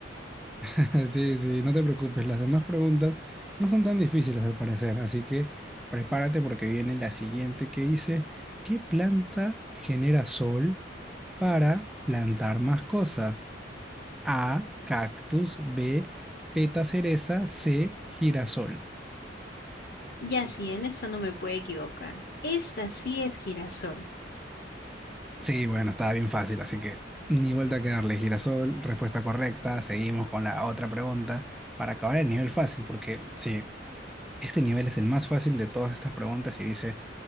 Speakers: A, in the centre; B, on the left (about 60°).
A: <laughs> Sí, sí, no te preocupes, las demás preguntas no son tan difíciles al parecer, así que prepárate porque viene la siguiente que dice, ¿qué planta genera sol para plantar más cosas? A, cactus, B, peta cereza, C, girasol.
B: Ya sí, en esta no me puedo equivocar. Esta sí es girasol.
A: Sí, bueno, estaba bien fácil, así que ni vuelta que darle girasol, respuesta correcta. Seguimos con la otra pregunta para acabar el nivel fácil, porque sí, este nivel es el más fácil de todas estas preguntas y dice,